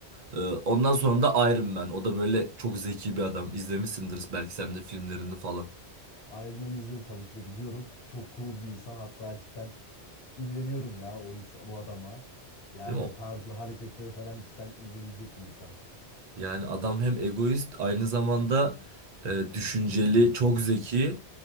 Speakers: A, on the right; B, on the left.
A: Ee, ondan sonra da Iron Man. O da böyle çok zeki bir adam. İzlemişsindir belki sen de filmlerini falan.
B: Iron Man'i izledim tabii ki de biliyorum. Çok cool bir insan. Hatta cidden imreniyorum ya o insan, bu adama. Yani
A: Değil mi?
B: tarzı, hareketleri falan cidden imrenilecek bir insan.
A: Yani adam hem egoist aynı zamanda e, düşünceli, çok zeki